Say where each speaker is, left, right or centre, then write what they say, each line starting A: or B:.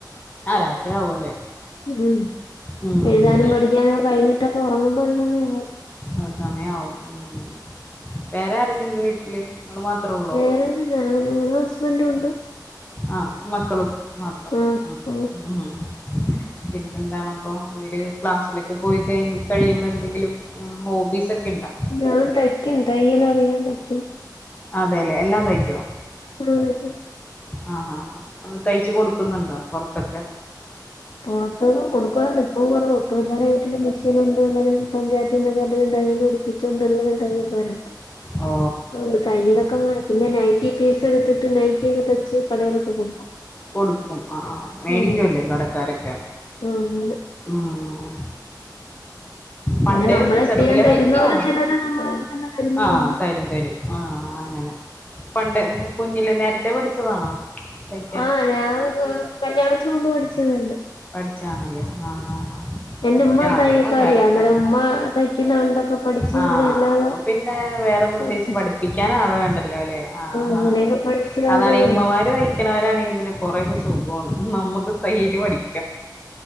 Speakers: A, on the left; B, on the left.
A: ആ രാത്രിയാവും അല്ലേ
B: ഉം
A: ഉം
B: എഴുതാനും പഠിക്കാനും കഴിഞ്ഞിട്ട ഉറങ്ങുമ്പോ ഒര് സമയാവും
A: ഒര് സമയാവും ഉം വേറെ ആരെ <unintelligible> വീട്ടില്? നിങ്ങള് മാത്രേ ഉള്ളോ
B: വേറെ ആരൂല്ല ഞാനു മോളും ഹസ്ബന്റും ഉണ്ട്
A: ആഹ് മക്കളും മാത്രം
B: ആഹ്
A: ഉം
B: ആഹ്
A: മ്ഹ് പിന്നെന്താണപ്പൊ വീ <unintelligible> ക്ലാസ്സിലൊക്കെ പോയി കഴിഞ്ഞ് കഴിയുമ്പോ എന്തെങ്കിലും ഉം ഹോബീസ് ഇണ്ടാ
B: ഞാൻ തയ്ക്കും തയ്യലറിയാം തയ് ക്കും
A: അതെ ലേ എല്ലാം തയ്ക്കോ?
B: ആ തയ്ക്കും
A: ആ ആ ആ തയ്ച്ച് കൊടുക്കുന്നുണ്ടോ പൊറത്തൊക്കെ
B: പൊറത്തൊക്കെ കൊടുക്കുവാരുന്നു ഇപ്പൊ കൊറവാ ഇപ്പൊ എല്ലാരേം വീട്ടിലും മെഷീനോണ്ട് എല്ലാരേം പഞ്ചായത്തിന്നൊക്കെ എല്ലാരും തയ്യല് പഠിപ്പിച്ചോണ്ട് എല്ലാരും തയ്യക്കാര പ്പം
A: ഓ
B: അതുകൊണ്ട് തയ്യലൊക്കെ അങ്ങന പിന്നെ നൈറ്റി പീസ് എടുത്തിട്ട് നൈറ്റി ക്കെ തച്ച് കടയിലൊക്കെ കൊടുക്കും
A: കൊടുക്കും ആ ആ മേടിക്കുംല്ലേ
B: ഉം
A: കടക്കാരൊക്കെ
B: ആ അങ്ങനെ
A: ഉം
B: പിന്നെ
A: പണ്ട്
B: നമ്മളെ
A: ചെറുതലെ
B: സ്ഥിരം തരുന്നോര്
A: പഠിച്ചതാണോ
B: ചിലര് നമ്മളെ തന്നെ തരുന്നവരുണ്ട്
A: ആ തരും തരും ആ അങ്ങനെ പണ്ട് കുഞ്ഞില് നേരത്തെ പഠി ച്ചതാണോ തയ്
B: ആഹ് ഞാൻ കല്യാണത്തിന് മുമ്പ് പഠിച്ചത് തന്നെ
A: പഠിച്ചാണല്ലേ ആ ആ
B: എന്റെ
A: എനിക്ക്
B: ഉമ്മ
A: ആഗ്രഹവൊണ്ടാരുന്നു
B: തയ്യക്കാരിയാ അന്നേരം
A: പഠിക്കാൻ
B: ഉമ്മ തയ്ക്കുന്ന കണ്ടൊക്കെ പഠിച്ച്
A: ആ
B: പിന്നെ അല്ലാതെ
A: അപ്പൊ പിന്നെ വേറെ പ്രത്യേകിച്ച്
B: പഠിച്ച
A: പഠിപ്പിക്കാൻ ആള് വേണ്ടല്ലോലെ ആ
B: അങ്ങനെയൊക്കെ
A: ആ
B: പഠിച്ച
A: അതാണെ
B: ഒരിതുണ്ട്
A: ഉമ്മമാര് തൈക്കണവരാണെ പിന്നെ കൊറെക്കെ സുക് വാണ് നമ്മക്ക് തയ്യല് പഠി